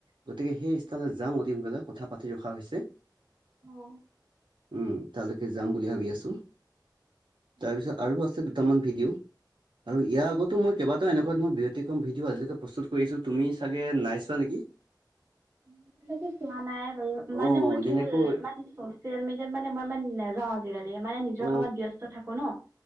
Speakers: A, on the right; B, on the right.
A: গতিকে সেই
B: উম,
A: স্থানত যাম অতি সোনকালে কথা পাতি ৰখা হৈছে
B: অ'
A: উম তালৈকে যাম বুলি ভাবি আছো
B: উম।
A: তাৰপিছত আৰু আছে দুটামান ভিডিঅ' আৰু ইয়াৰ আগটো মই কেইবাটাও এনেকুৱা ধৰ ব্যতিকম ভিডিঅ' আজিলৈ প্ৰস্তুত কৰিছো তুমি চাগে নাই চোৱা নেকি?
B: মই তেনেকে চোৱা নাই বাৰু
A: অ',
B: মানে মই
A: যেনেকৈ
B: কি হ'ল মান চচিয়েল মিডিয়াত মানে মই ই নাযাও আজিকালি মানে নিজৰ
A: অ',
B: কামত ব্যস্ত থাকো ন